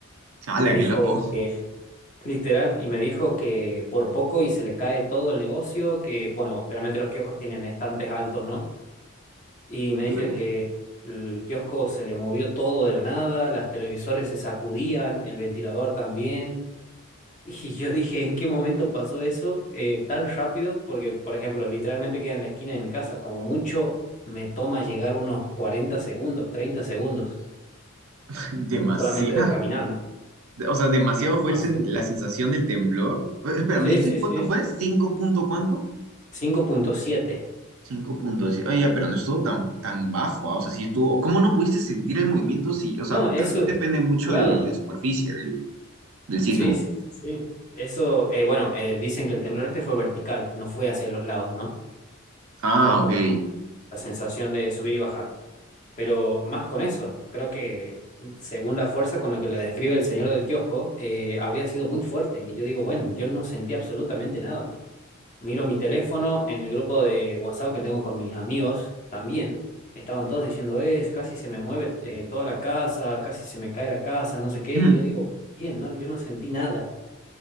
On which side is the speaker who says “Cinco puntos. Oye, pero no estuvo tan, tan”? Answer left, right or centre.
Right